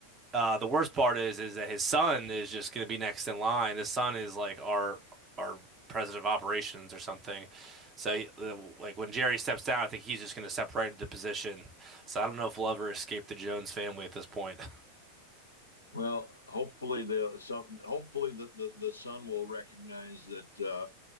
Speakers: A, on the right; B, on the left.
A: uh, the worst part is is that his son is just going to be next in line. His son is like our our president of operations or something. So he- uh, like when Jerry steps down, I think he's just going to step separate the position. So I don't know if we'll ever escape the Jones family at this point. <laughs>
B: Well, hopefully the some hopefully the, the, the son will recognize that uh,